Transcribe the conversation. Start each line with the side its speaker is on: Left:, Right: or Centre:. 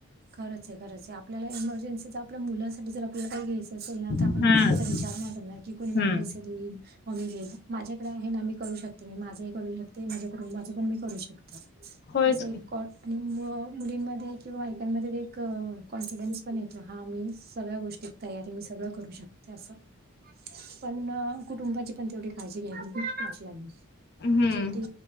Right: खरंच आहे, खरंच आहे आपल्याला इमर्जन्सीचं आपल्या मुलासाठी जर आपल्याला काही जर आपण
Left: हम्म
Right: कुणाचा विचार नाही करणार की, कोणी मला
Left: हम्म
Right: पैसे देतीलच. मग मीे माझ्याकडे आहे ना मी करू शकते मी माझं ही करू शकते माझ्या कुटुंबाचं पण मी करू शकते.
Left: होयच
Right: असं एक
Left: की
Right: कॉट म-मुलींमध्ये किंवा त्यांमध्ये एक कॉन्फिडन्स पण येतो हा मी सगळ्या गोष्टीत तयार आहे. मी सगळं करू शकते असं. पण कुटुंबाची पण तेवढी काळजी घ्यावी अशी माझी <unintelligible>
Left: हम्म
Right: शेवटी